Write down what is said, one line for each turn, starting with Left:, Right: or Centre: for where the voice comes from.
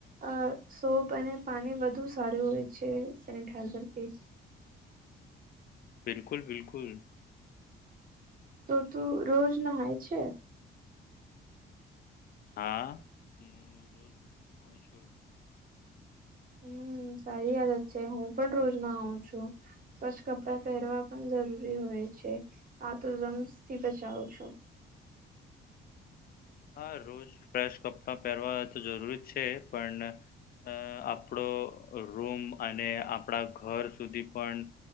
Right: અ સોપ અને પાણી વધુ સારું હોય છે સેનિટાઈઝરથી
Left: બિલકુલ બિલકુલ
Right: તો તું રોજ નાાય છે
Left: હા હું રોજઉ છું
Right: હમ સારી વાયાદ જ છે હું પણ રોજમાં આવ છું સ્વચ્છ કપડાં પહેરવા પણ જરૂરી હોય છે આ તો રમ્સ થી બચાવું છો
Left: હા રોજ ફ્રેશ કપડાં પહેરવા તો જરૂરી છે પણ અ આપણો રૂમ અને આપણા ઘર સુધી પણ